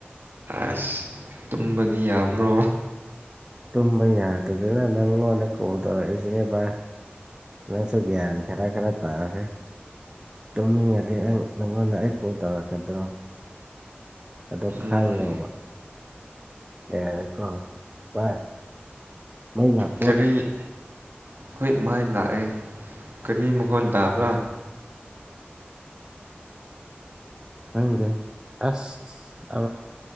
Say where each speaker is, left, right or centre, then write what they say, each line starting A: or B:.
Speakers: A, on the right (about 60°); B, on the right (about 15°).
A: ꯑꯁ ꯇꯨꯝꯕꯗꯤ ꯌꯥꯕ꯭ꯔꯣ꯫
B: ꯇꯨꯝꯕ ꯌꯥꯗꯗꯅ ꯅꯪꯉꯣꯟꯗ ꯀꯣꯜ ꯇꯧꯔꯛꯏꯁꯤꯅꯦ ꯚꯥꯏ ꯅꯪꯁꯨ ꯒ꯭ꯌꯥꯟ ꯈꯔ ꯈꯔ ꯇꯥꯎꯍꯦ ꯇꯨꯝꯅꯤꯡꯉꯗꯤ ꯅꯪꯉꯣꯟꯗ ꯑꯩ ꯀꯣꯜ ꯇꯧꯔꯛꯀꯗ꯭ꯔꯣ ꯑꯗꯣ
A: ꯎꯝ
B: ꯈꯜꯂꯣꯕ ꯌꯥꯔꯦꯀꯣ ꯕꯥꯏ ꯃꯩ ꯂꯥꯛ
A: ꯀꯔꯤ꯫ ꯍꯣꯏ ꯃꯥꯏ ꯂꯥꯛꯑꯦ ꯀꯔꯤ ꯃꯈꯣꯟ ꯇꯥꯕ꯭ꯔꯥ꯫
B: ꯈꯪꯗꯦ ꯑꯁ